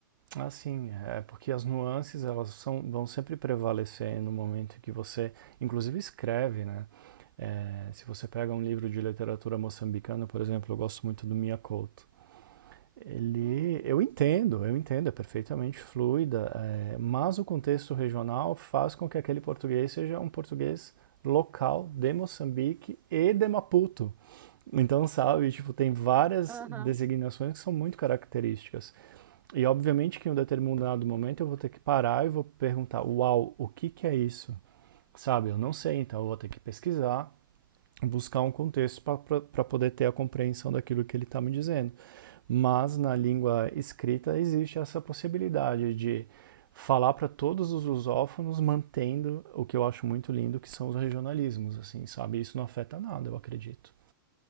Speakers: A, on the right; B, on the right.
A: Ah, sim, é porque as nuances elas são, vão sempre prevalecer no momento que você, inclusive, escreve, né? É, se você pega um livro de literatura moçambicana, por exemplo, eu gosto muito do Mia Couto. Ele,
B: Hum,
A: eu entendo,
B: sim.
A: eu entendo, é perfeitamente fluida, é, mas o contexto regional faz com que aquele português seja um português local de Moçambique e de Maputo. Então, sabe, tipo, tem várias
B: Aham.
A: designações que são muito características. E obviamente que em um determinado momento eu vou ter que parar e vou perguntar, uau, o que, que é isso? Sabe, eu não sei, então eu vou ter que pesquisar, buscar um contexto para poder ter a compreensão daquilo que ele está me dizendo. Mas na língua escrita existe essa possibilidade de falar para todos os lusófonos, mantendo o que eu acho muito lindo, que são os regionalismos, assim, sabe? Isso não afeta nada, eu acredito.